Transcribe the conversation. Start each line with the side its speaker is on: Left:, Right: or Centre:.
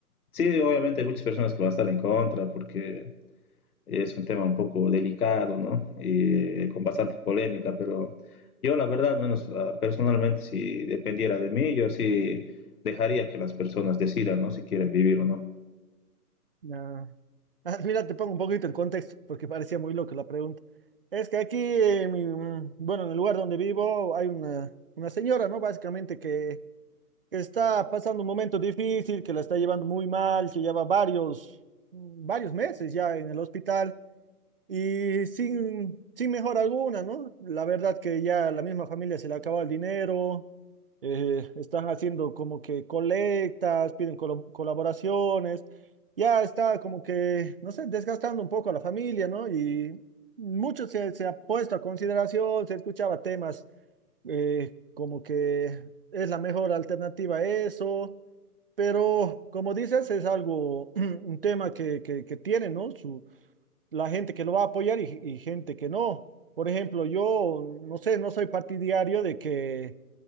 Left: sí, obviamente hay muchas personas que van a estar en contra porque es un tema un poco delicado, ¿no? Y con bastante polémica, pero yo la verdad, al menos ah, personalmente, si dependiera de mí, yo sí dejaría que las personas decidan, ¿no? Si quieren vivir o no.
Right: Ah, <laughs> ah, mira, te pongo un poquito en contexto porque parecía muy loca la pregunta. Es que aquí, en mi- mm, bueno, en el lugar donde vivo hay una, una señora, ¿no? Básicamente que que está pasando un momento difícil, que la está llevando muy mal, que lleva varios, varios meses ya en el hospital y sin, sin mejora alguna, ¿no? La verdad que ya la misma familia se le acaba el dinero, eh, están haciendo como que colectas, piden colo- colaboraciones, ya está como que, no sé, desgastando un poco a la familia, ¿no? Y mucho se, se ha puesto a consideración, se escuchaba temas eh, como que es la mejor alternativa a eso, pero como dices, es algo, <clears throat> un tema que, que, que tiene, ¿no? Su, la gente que lo va a apoyar y, y gente que no. Por ejemplo, yo, no sé, no soy partidario de que,